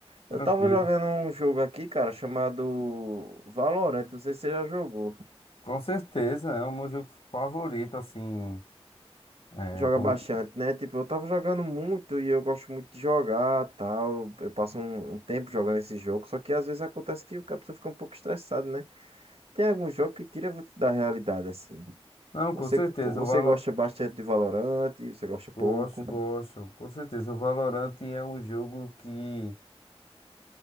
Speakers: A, on the left; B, on the right.
A: tranquilo?
B: Eu tava jogando um jogo aqui, cara, chamado Valorant. Não sei se você já jogou.
A: Com certeza, é o meu jogo favorito, assim. é,
B: Joga
A: como-
B: bastante, né? Tipo, eu tava jogando muito e eu gosto muito de jogar, tal. Eu passo um, um tempo jogando esse jogo, só que às vezes acontece que a pessoa fica um pouco estressada, né? Tem algum jogo que tira você da realidade, assim.
A: Não, com
B: Você,
A: certeza,
B: você
A: o Valor...
B: gosta bastante de Valorant, você gosta pouco.
A: Gosto, gosto. Com certeza, o Valorant é um jogo que